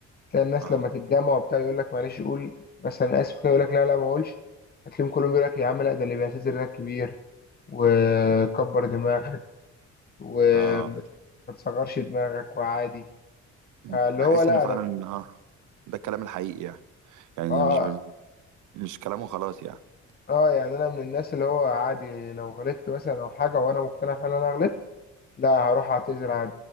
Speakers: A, on the left (about 30°); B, on the right (about 85°).
A: تلاقي الناس
B: اه
A: لما تتجمع وبتاع يقول لك معلش قول مثلا اسف كده يقول لك لا لا ما اقولش هتلاقيهم كلهم يقول لك يا عم لا ده اللي بيعتذر ده كبير وكبر دماغك وما
B: اه
A: تصغرش دماغك وعادي
B: بحس
A: آه، اللي هو لا
B: ان فعلا
A: انا
B: اه ده الكلام الحقيقي يعني يعني
A: اه
B: مش مش كلامه خلاص يعني
A: اه يعني انا من الناس اللي هو عادي لو غلطت مثلا او حاجه وانا مقتنع فعلا انا غلطت لا هروح اعتذر